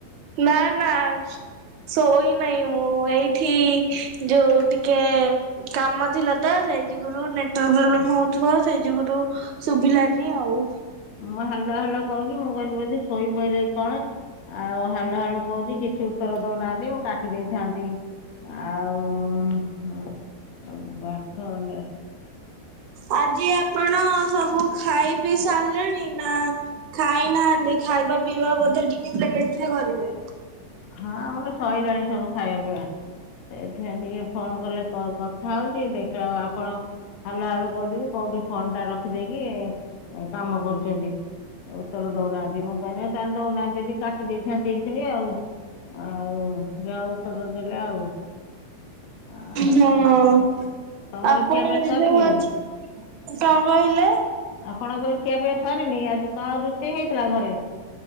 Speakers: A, on the right (about 45°); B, on the left (about 45°).
A: ନାଁ ନାଁ ଶୋଇ ନାଇଁ ମୁଁ ଏଇ ଠି ଯୋଉ ଟିକେ କାମ ଥିଲା ତ ସେଇ ଯୁଗରୁ ନେଟୱାର୍କ ପ୍ରୋବ୍ଲେମ୍
B: ଓ
A: ହଉଥୁବ। ସେଇ ଯୁଗୁରୁ ଶୁଭିଲାନି ଆଉ।
B: ମୁଁ ହାଲୋ ହାଲୋ କହୁଚି ମୁଁ କହିନି ବୋଧେ ଶୋଇ ପଇଲେ କି କଣ। ଆଉ ହାଲୋ ହାଲୋ କହୁଚି କିଛି ଉତ୍ତର ଦଉନାହାନ୍ତି ମୁଁ କାଟି ଦେଇଥାନ୍ତି। ଆଉ ହଁ ଏ ବାସନ୍ୟା
A: ଆଜି ଆପଣ ସବୁ ଖାଇ ପିଇ ସାରିଲେଣି ନାଁ ଖାଇନାହାନ୍ତି ଖାଇବା ପିଇବା ବୋଧେ ଟିକେ ଲେଟ୍ ରେ କରିବେ
B: ହଁ ଆମର ସରିଲାଣି ସବୁ ଖାଇବା ପିଇବା ସେଇଥିପାଇଁ ଟିକେ ଫୋନ କଲେ କଥା ହଉଛି ଦେଖିବାଉ ଆପଣ ହାଲୁ ହାଲୁ କହୁଛନ୍ତି କୋଉଠୁ ଫନ ଟା ରଖିଦେଇକି କାମ କରୁଛନ୍ତି। ଓ ତେର ଦଉନାହାନ୍ତି ମୁଁ କହିନି ତାଲେ ଦଉନାହାନ୍ତି ଯଦି କାଟି ଦେଇଥାନ୍ତି ଏଇି ଆଉ ଆଉ ଯାଉ ଉତର ଦେଲା ଆଉ ଆଉ
A: ହଁ
B: ତ- ତମର
A: ଆପଣ
B: ଖିଆପିଆ ସରିନି
A: ଯୋଉ ଆଜି
B: କି
A: କଣ କହିଲେ?
B: ପଣଙ୍କ ଖିଆ ପିଇବା ସରିନି ଆଜି କଣ ରୋଷେଇ ହେଇଥିଲା ଘରେ?